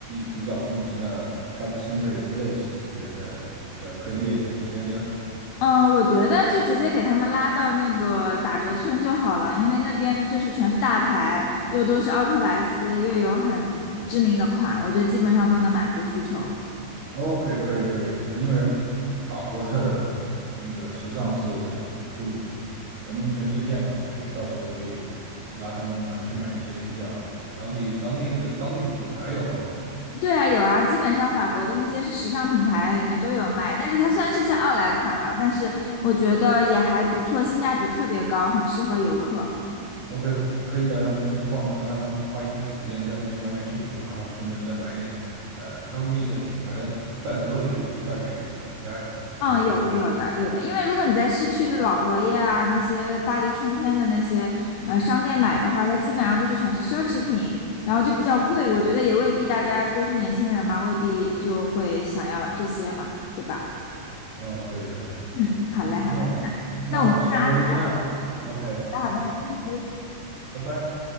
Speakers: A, on the right; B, on the left.
A: 比较著名的 shopping center 的一个 list，你觉得呃可以列哪些呢
B: 嗯，我觉得就直接给他们拉到那个打折村就好了，因为那边就是全是大牌，又都是奥特莱斯，又有很知名的款，我觉得基本上都能满足需求。
A: ？OK，可以可以，呃，因为法国的那个时尚是著闻名全世界嘛，所以到时候可以拉他们买去买一些比较当地当地的当地的品牌有吗？
B: 对啊，有啊，基本上法国的那些时尚品牌里面都有卖，但是它虽然是一些奥莱款了，但是我觉得也还不错，性价比特别高，很适合游客。
A: OK，可以带他们那边逛，呃，让他们花一天时间在那边买买衣服，然后顺便再买点，呃，当地的品牌的伴手礼回去带给他们家人。你觉得可以吗？
B: 嗯，有的，有的，有的。因为如果你在市区的老佛爷啊，那些巴黎春天的那些呃商店买的话，它基本上就是全是奢侈品，然后就比较贵。我觉得也未必大家都是年轻人嘛，未必就会想要这些嘛，对吧？
A: 嗯，对对对，
B: 嗯，好嘞，好嘞。
A: 那我们那差不多就这样。
B: 那我们这样安排。
A: OK，
B: 好的，好的，没问题。
A: 拜拜。